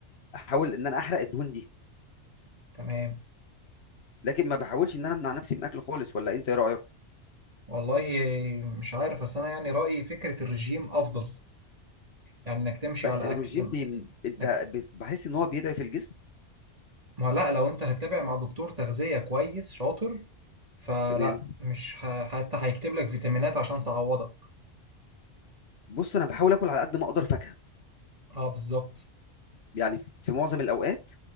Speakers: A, on the left; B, on the right.
A: احاول ان انا احرق الدهون دي
B: تمام
A: لكن ما بحاولش ان انا امنع نفسي من اكل خالص ولا انت ايه رايك
B: والله مش عارف بس انا يعني رايي فكره الرجيم افضل يعني انك تمشي
A: بس
B: على
A: الرجيم
B: اكل
A: بي... انت
B: انك
A: ب- بحس ان هو بيضعف الجسم
B: ما لا لو انت هتتابع مع دكتور تغذية كويس شاطر فلا
A: تمام
B: مش ه... حتى هيكتب لك فيتامينات عشان تعوضك
A: بص انا بحاول اكل على قد ما اقدر فاكهه
B: اه بالظبط
A: يعني في معظم الاوقات